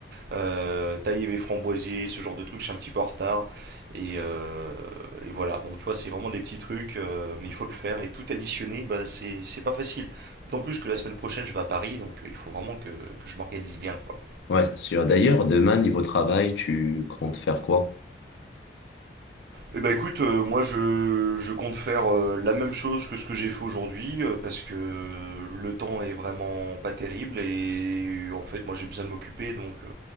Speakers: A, on the right (about 55°); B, on the left (about 80°).
A: euh, tailler mes framboisiers, ce genre de trucs, je suis un petit peu en retard. Et, euh, et voilà, donc tu vois, c'est vraiment des petits trucs, euh, mais il faut le faire. Et tout additionner, bah, c'est c'est pas facile. D'autant plus que la semaine prochaine, je vais à Paris, donc euh, il faut vraiment que, que je m'organise bien, quoi.
B: Ouais, c'est sûr. D'ailleurs, demain, niveau travail, tu comptes faire quoi?
A: Eh ben écoute, euh, moi je, je compte faire euh, la même chose que ce que j'ai fait aujourd'hui euh, parce que le temps est vraiment pas terrible et euh, en fait moi j'ai besoin de m'occuper donc euh,